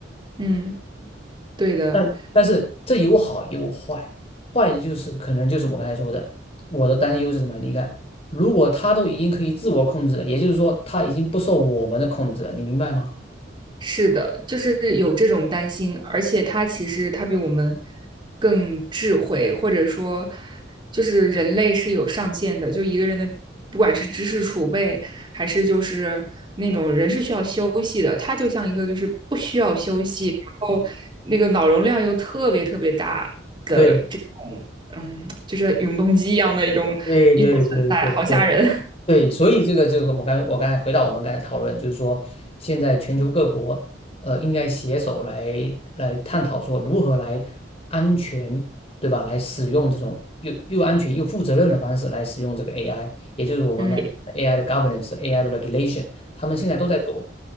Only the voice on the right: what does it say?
嗯，对的。
是的，就是有这种担心，而且它其实它比我们更智慧，或者说，就是人类是有上限的，就一个人的不管是知识储备，还是就是那种人是需要休息的，他就像一个就是不需要休息，然后那个脑容量又特别特别大的这种，
嗯，就是永动机一样的一种一种存在，
好吓人，
<laughs> 嗯。